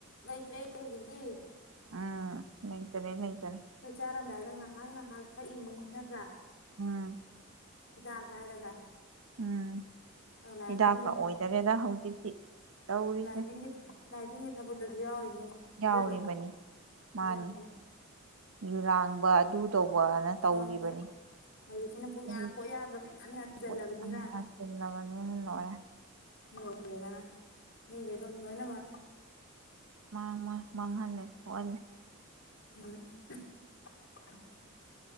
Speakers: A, on the left (about 60°); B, on the right (about 80°).
A: ꯂꯩꯇ꯭ꯔꯦ ꯍꯧꯖꯤꯛꯇꯤ
B: ꯎꯝ ꯂꯩꯇꯔꯦ ꯂꯩꯇꯔꯦ
A: ꯆꯆ ꯑꯔꯝ꯭ꯔ ꯍꯥꯏꯗꯪ ꯍꯥꯡ ꯍꯥꯡ ꯍꯣꯏ ꯏꯪꯂꯤꯁ ꯅꯠꯇ꯭ꯔꯥ
B: ꯎꯝ
A: ꯏꯗ ꯍꯥꯏꯚꯥꯏꯔꯒ
B: ꯎꯝ
A: ꯂꯥꯏꯇ
B: ꯍꯤꯗꯥꯛꯀ
A: ꯊ
B: ꯑꯣꯏꯗꯔꯦꯗ ꯍꯧꯖꯤꯛꯇꯤ ꯇꯧꯔꯤꯁꯦ
A: ꯂꯇ ꯊ ꯂꯇ ꯊ ꯁꯖꯤꯌꯥ ꯎꯝ
B: ꯌꯥꯎꯔꯤꯕꯅꯤ
A: ꯑꯗꯨꯗꯣ ꯑꯗꯨ
B: ꯃꯥꯅꯤ ꯌꯨꯔꯥꯡꯕ ꯑꯗꯨ ꯇꯧꯕꯅ ꯇꯧꯔꯤꯕꯅꯤ
A: ꯍꯣꯏ ꯍꯣꯏ ꯍꯧꯖꯤꯛꯁꯤꯅ ꯄꯨꯡ
B: ꯍꯧꯖꯤꯛ
A: ꯌꯥꯝ ꯄꯣꯠ ꯌꯥꯝꯕ ꯃꯌꯥꯝ ꯍꯟꯖꯜꯂꯕꯅꯤꯅ
B: ꯄꯣꯠ ꯌꯥꯝ ꯌꯥꯟꯁꯤꯜꯂꯕꯅꯤꯅ ꯂꯣꯏꯔꯦ
A: ꯎ ꯍꯣꯏ ꯦꯒꯅ ꯃꯤꯕꯦꯕꯝꯅ ꯃꯥ
B: ꯃꯥꯡ ꯃꯥꯡꯍꯜꯂꯦ ꯁꯣꯛꯍꯜꯂꯦ
A: ꯎꯝ